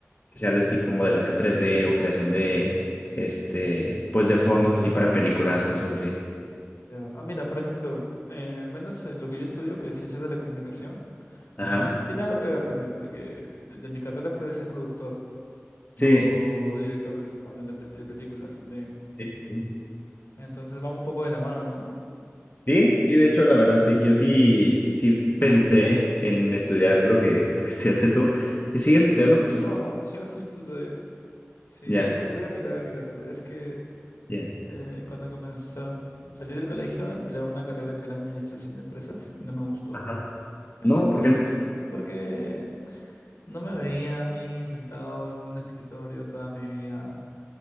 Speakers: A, on the left; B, on the left.
A: especiales tipo modelación tres d o creación de, este, pues de fondos así para películas, cosas así.
B: ya. Ah, mira, por ejemplo, eh, al menos en lo que yo estudio, que es ciencias de la comunicación,
A: Ajá.
B: eh, tiene, tiene algo que ver también, porque de mi carrera puede ser productor
A: Sí,
B: o director de, de una pel- de películas también.
A: sí, sí.
B: Entonces van un poco de la mano, ¿no?
A: Sí, sí, de hecho, la verdad, sí. Yo sí, sí pensé en estudiar lo que, lo que estudiaste tú. ¿Y ¿Sigues estudiando, por cierto?
B: No, no, sí, lo estoy haciendo todavía. Sí,
A: Ya,
B: voy a, mi- voy a mitad de mi carrera. Es que
A: ya.
B: Eh, cuando comencé a salir del colegio, entré a una carrera que era administración de empresas y no me gustó.
A: Ajá.
B: Entonces,
A: No, ¿por qué no?
B: porque no me veía a mí sentado en un escritorio toda mi vida